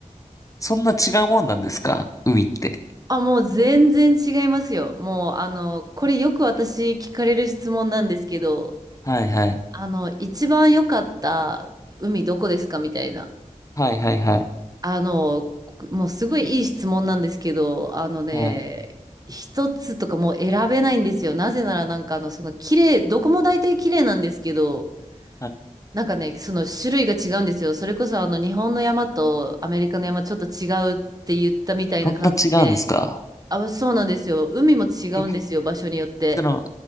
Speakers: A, on the left (about 25°); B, on the right (about 30°).
A: そんな違うもんなんですか海って。
B: あ、もう全然違いますよ。もう、あの、これよく私聞かれる質問なんですけど、
A: はいはい。
B: あの、一番良かった海どこですかみたいな。
A: はいはいはい。
B: あの、もうすごいいい質問なんですけど、あのね、
A: はい。
B: 一つとかもう選べないんですよ。なぜならなんかあの、その綺麗、どこも大体綺麗なんですけど、
A: はい。
B: なんかね、その種類が違うんですよ。それこそあの、日本の山とアメリカの山ちょっと違うって言ったみたいな感じで、
A: そんな違うんですか
B: あ、そうなんですよ。海も違うんですよ、
A: え、
B: 場所によって。
A: その、